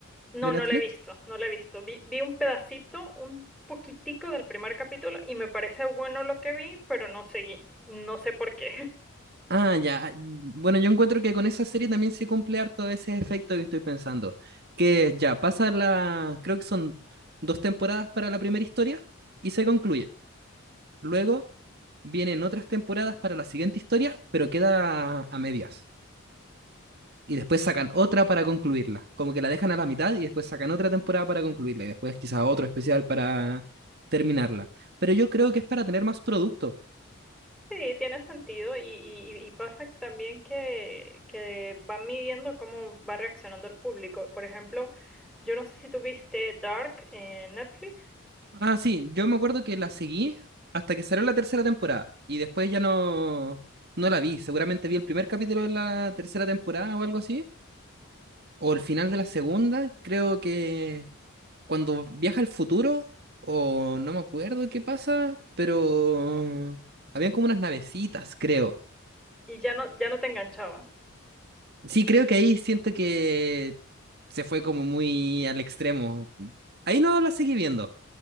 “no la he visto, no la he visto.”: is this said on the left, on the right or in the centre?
Centre